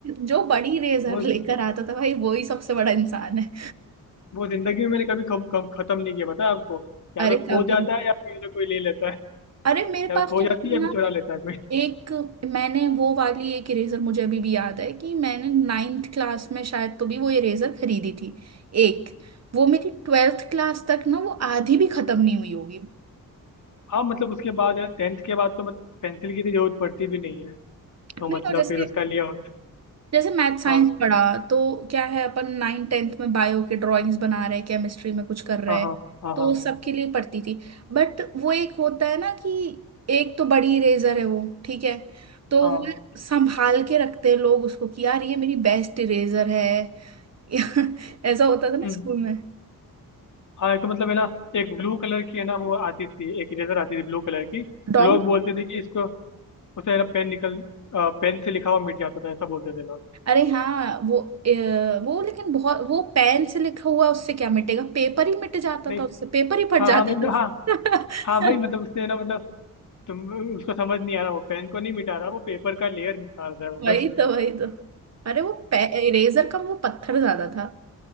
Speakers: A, on the right; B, on the left.
A: जो बड़ी इरेजर
B: वो
A: लेकर आता था भाई वो ही सबसे बड़ा इंसान है
B: वो जिंदगी में मैंने कभी कम, कम खत्म नहीं किया पता है आपको या
A: अरे
B: तो खो
A: कभी
B: जाता है या फिर कोई ले लेता है
A: अरे मेरे
B: या
A: पास
B: तो खो
A: तो
B: जाती
A: मैंने
B: है या
A: ना
B: फिर चुरा लेता है कोई
A: एक मैंने वो वाली एक इरेजर मुझे अभी भी याद है कि मैंने नाइन्थ क्लास में शायद तो भी वो इरेजर खरीदी थी एक वो मेरी ट्वेल्थ क्लास तक ना वो आधी भी खत्म नहीं हुई होगी
B: हाँ मतलब उसके बाद है टेंथ के बाद तो मतलब पेंसिल की इतनी जरूरत पड़ती भी नहीं है तो
A: नहीं
B: मतलब
A: और जैसे
B: फिर उसका लिया होता
A: जैसे मैथ साइंस
B: हाँ
A: पढ़ा तो क्या है अपन नाइन टेंथ में बायो के ड्राइंग्स बना रहे हैं केमिस्ट्री में कुछ कर रहे
B: हाँ हाँ
A: हैं
B: हाँ
A: तो
B: हाँ
A: सबके लिए पढ़ती थी बट वो एक होता है ना कि एक तो बड़ी इरेजर है वो ठीक है तो
B: हाँ
A: वो संभाल के रखते हैं लोग उसको कि यार ये मेरी बेस्ट इरेजर है <laughs> ऐसा होता था ना
B: हम्म,
A: स्कूल में
B: हाँ एक तो मतलब है ना एक ब्लू कलर की है ना वो आती थी एक इरेजर आती थी ब्लू कलर की
A: डॉम
B: लोग बोलते थे कि इसको उसे है ना पेन निकल पेन से लिखा हुआ मिट जाता था ऐसा बोलते थे लोग
A: अरे हाँ वो अ, वो लेकिन बहुत वो पेन से लिखा हुआ उससे क्या मिटेगा पेपर ही मिट जाता
B: नहीं
A: था उससे पेपर ही फट
B: हाँ
A: जाता
B: हाँ मतलब हाँ
A: था
B: हाँ भाई मतलब
A: <laughs>
B: उससे है ना मतलब तुम उसको समझ नहीं आ रहा वो पेन को नहीं मिटा रहा वो पेपर का लेयर निकाल रहा है वो
A: वही
B: बस
A: तो वही तो अरे वो इरेजर का वो पत्थर ज्यादा था